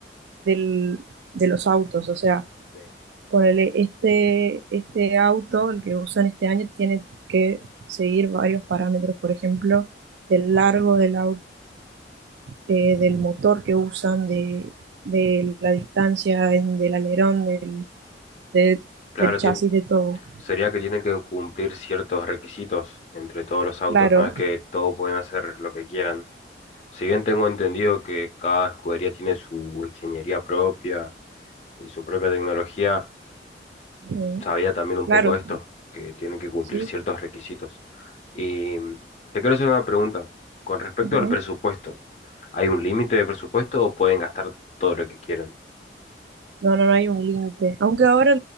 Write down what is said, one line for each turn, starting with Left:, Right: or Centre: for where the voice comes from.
Right: del- de los autos. O sea,
Left: sí.
Right: ponele este, este auto, el que usan este año, tiene que seguir varios parámetros, por ejemplo, del largo del auto, eh, del motor que usan, de, de la distancia, en- del alerón, del, de-
Left: Claro,
Right: del chasis,
Left: tien-
Right: de todo.
Left: sería que tienen que cumplir ciertos requisitos entre todos los autos,
Right: Claro,
Left: no es que todos pueden hacer lo que quieran. Si bien tengo entendido que cada escudería tiene su ingeniería propia y su propia tecnología,
Right: ujú,
Left: sabía también un
Right: claro,
Left: poco esto, que tienen que cumplir
Right: sí.
Left: ciertos requisitos. Y mm, te quiero hacer una pregunta. Con respecto
Right: ujú.
Left: al presupuesto, ¿hay un límite de presupuesto o pueden gastar todo lo que quieran?
Right: No, no, no hay un límite. Aunque ahora